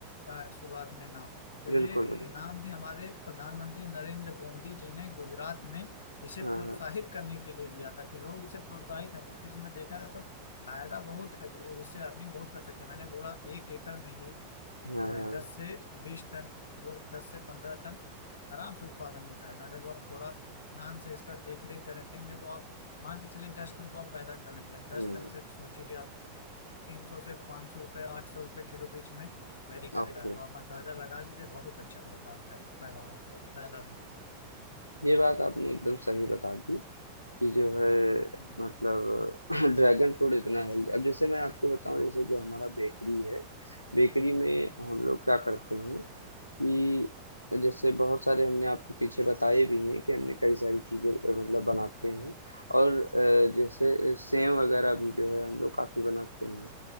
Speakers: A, on the left; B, on the left.
A: अ, शुरुआत में नाम तो
B: बिल्कुल
A: ये
B: बिल्कुल।
A: नाम भी हमारे प्रधानमंत्री नरेंद्र मोदी जी ने गुजरात में इसे
B: हाँ
A: प्रोत्साहित
B: हाँ
A: करने के लिए दिया था कि लोग इसे प्रोत्साहित हों क्योंकि इसमें देखा जाए तो फायदा बहुत है लोग इससे अर्निंग बहुत कर सकते हैं मैंने बोला एक एकड़ में ही अ,
B: हाँ हाँ
A: दस से बीस टन लोग दस से पंद्रह टन आराम से उत्पादन हो जाएगा अगर लोग थोड़ा ध्यान से इसका देख रेख करेंगे तो आप मान के चलिए दस टन तो आप पैदा कर लेंगे दस
B: हम्म
A: टन से सोचिए आप तीन सौ से पाँच सौ रुपये आठ सौ रुपये किलो बीच में वेरी करता
B: ओके
A: है तो आप अंदाजा लगा लीजिए बहुत अच्छा होता है पैदावार और फायदा भी
B: ये बात आपने एकदम सही बता दी कि जो है
A: हम्म।
B: मतलब <clears throat> <laughs> ड्रैगन फ्रूट इतना हेल्दी अब जैसे मैं आपको बताऊं जैसे जो हमारा बेकरी है बेकरी में हम लोग क्या करते हैं कि जैसे बहुत सारे हमने आपको पीछे बताए भी हैं कि हमने कई सारी चीज़ें अ, मतलब बनाते हैं और अ, जैसे सेव वगैरह भी जो है हम लोग काफ़ी बनाते हैं